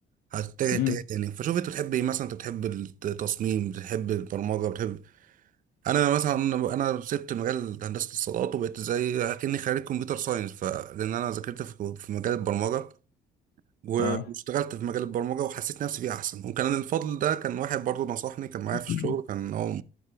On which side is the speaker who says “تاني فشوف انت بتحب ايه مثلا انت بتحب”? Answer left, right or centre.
Right